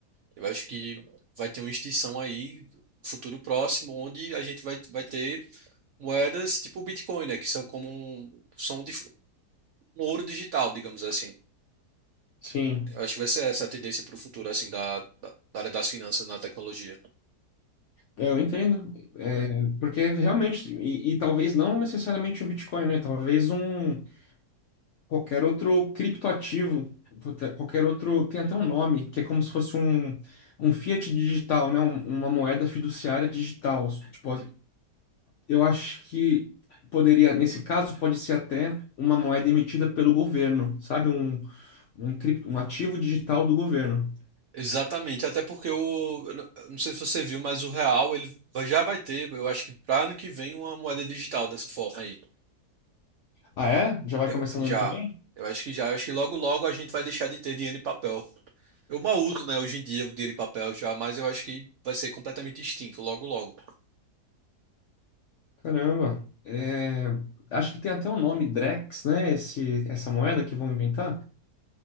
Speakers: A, on the right; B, on the left.
A: Eu acho que vai ter uma extinção aí, no futuro próximo, onde a gente vai, vai ter moedas tipo o Bitcoin, né? Que são como um, são de, um ouro digital, digamos assim.
B: Sim,
A: Eu acho que vai ser essa a tendência para o futuro, assim, da, da da área das finanças na tecnologia.
B: eu entendo. Porque realmente, e, e talvez não necessariamente um Bitcoin, né? Talvez um qualquer outro criptoativo, puta, qualquer outro, tem até um nome, que é como se fosse um, um fiat digital, né? Um- uma moeda fiduciária digital. Tipo, eu acho que poderia, nesse caso, pode ser até uma moeda emitida pelo governo, sabe? Um, um, cripto, um ativo digital do governo.
A: Exatamente, até porque o, eu não eu não sei se você viu, mas o real, ele vai- já vai ter, eu acho que para ano que vem, uma moeda digital dessa forma aí.
B: Ah, é? Já vai
A: Eu,
B: começar
A: já.
B: no ano que vem?
A: Eu acho que já, eu acho que logo logo a gente vai deixar de ter dinheiro em papel. Eu mal uso, né, hoje em dia o dinheiro em papel já, mas eu acho que vai ser completamente extinto logo logo.
B: Caramba. É, acho que tem até o nome Drex, né? Esse, essa moeda que vão inventar.